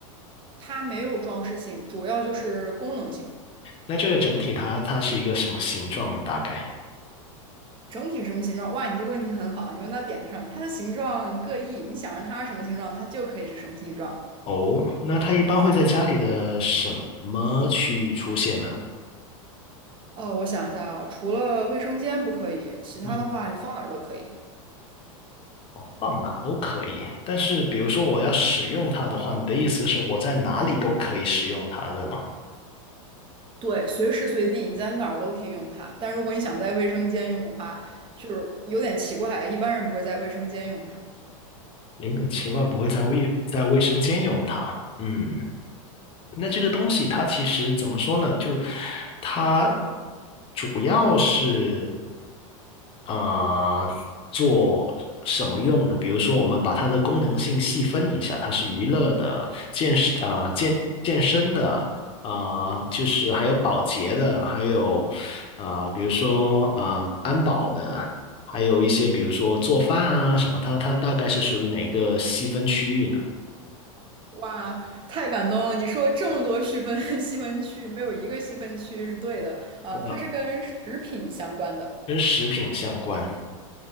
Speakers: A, on the right (about 30°); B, on the left (about 30°).
A: 它没有装饰性，主要就是功能性。
B: 那这个整体它它是一个什么形状呢？大概？
A: 整体什么形状？哇，你这个问题很好，你问到点子上了。它的形状各异，你想让它是什么形状，它就可以是什么形状。
B: 哦，那它一般会在家里的什么区域出现呢？
A: 哦，我想一下啊，除了卫生间不可以，其他的话你放哪儿都可以。
B: 嗯，哦，放哪都可以。但是，比如说我要使用它的话，你的意思是我在哪里都可以使用它，对吗？
A: 对，随时随地你在哪儿都可以用它。但如果你想在卫生间用的话，就是有点奇怪，一般人不会在卫生间用它。
B: 有点奇怪，不会在卫在卫生间用它。嗯，那这个东西它其实怎么说呢？就它主要是。啊、做什么用的？比如说，我们把它的功能性细分一下，它是娱乐的、健身啊、健健身的啊、就是还有保洁的，还有啊、比如说啊、安保的，还有一些比如说做饭啊什么，它它大概是属于哪个细分区域呢？
A: 哇，太感动了！你说这么多细分 <laughs> 细分区，没有一个细分区是对的。啊、
B: 哇，
A: 它是跟食品相关的。
B: 跟食品相关。